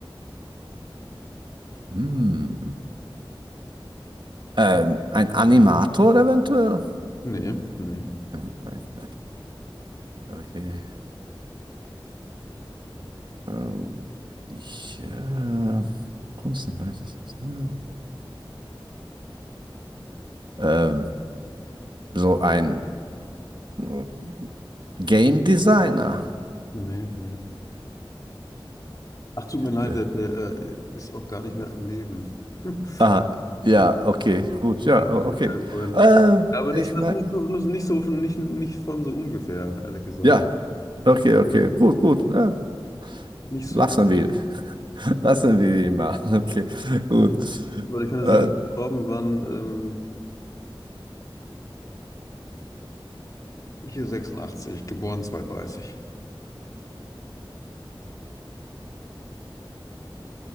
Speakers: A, on the right; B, on the left.
A: Äh, hm. Ähm, ein Animator eventuell?
B: Nee, nee,
A: Äh, Nein, nein. Okay. Ähm, ich, äh, Kunst im weitesten Sinne. Ähm, so ein äh, Game Designer.
B: nee, nee. Ach, tut mir leid,
A: Äh.
B: der, der äh, ist auch gar nicht mehr am Leben. <laughs>
A: Ah, ja,
B: Ja,
A: okay, gut, ja,
B: ich
A: o- okay.
B: hab's vorhin.
A: Äh,
B: aber nicht,
A: ich
B: das
A: meine,
B: nicht so, nicht so von, nicht, nicht von so ungefähr, ehrlich gesagt.
A: ja, okay, okay, gut, gut. Ähm,
B: Nicht
A: Lassen
B: so, schlimm,
A: wir. <laughs> Lassen wir ihn mal. <laughs> Okay, gut.
B: weil ich kann ja
A: Äh,
B: sagen, gestorben waren ähm, hier 86, geboren 32.